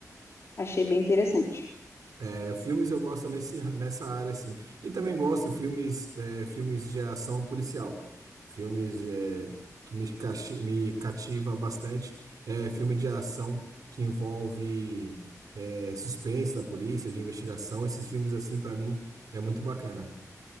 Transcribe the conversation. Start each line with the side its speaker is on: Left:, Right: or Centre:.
Left: achei bem interessante.
Right: É, filmes eu gosto nesse, nessa área, assim. E também gosto filmes, é, filmes de ação policial. Filmes, é, que me, cachi- me cativa bastante. É, filme de ação que envolve, é, suspense da polícia, de investigação. Esses filmes, assim, para mim, é muito bacana.